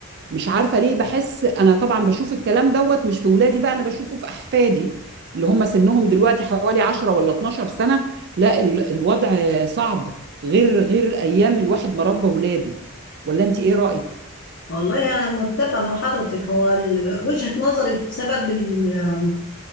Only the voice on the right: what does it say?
مش عارفة ليه بحس أنا طبعا بشوف الكلام دوت مش في ولادي بقى أنا بشوفه في أحفادي اللي هم سنهم دلوقتي حوالي 10 ولا 12 سنة لا ال- الوضع صعب غير غير ايام الواحد ما ربى ولاده ولا انت ايه رأيك